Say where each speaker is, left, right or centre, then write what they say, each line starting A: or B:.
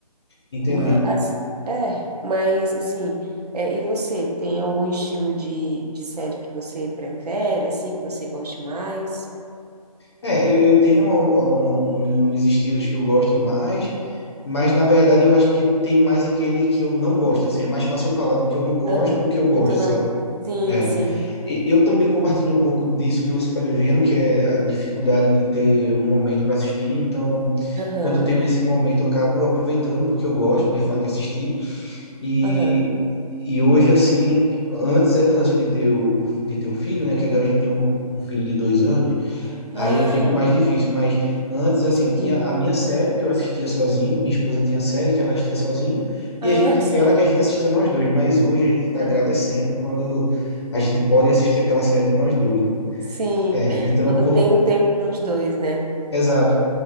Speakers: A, on the left; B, on the right.
A: entendi.
B: Mas, é, mas assim, é, e você, tem algum estilo de, de série que você prefere, assim, que você goste mais?
A: É, eu, eu tenho um- um- uns estilos que eu gosto mais, mas na verdade eu acho que tem mais aquele que eu não gosto, assim, é mais fácil eu falar do que eu não gosto
B: Aham,
A: do que eu
B: porque
A: gosto,
B: tu não
A: sabe?
B: Sim,
A: É,
B: sim,
A: e eu também compartilho um pouco disso que você está vivendo, que é a dificuldade de ter um momento para assistir, então
B: aham,
A: quando eu tenho esse momento eu acabo aproveitando porque eu gosto de fato de assistir, e,
B: aham.
A: e hoje assim, antes, antes de ter, o, o- de ter um filho, né, que agora a gente tem um um filho de dois anos,
B: Ah,
A: Aí fica mais difícil, mas antes, assim,
B: sim,
A: eu tinha a minha série que eu assistia sozinho, minha esposa tinha a série que ela assistia sozinha,
B: ah,
A: e a gente tinha
B: <laughs> sim,
A: aquela que a gente assistia nós dois, mas hoje a gente está agradecendo
B: aham,
A: quando a gente pode assistir aquela série de nós dois, né?
B: sim.
A: É, então,
B: Quando
A: por,
B: tem o tempo para os dois, né?
A: exato.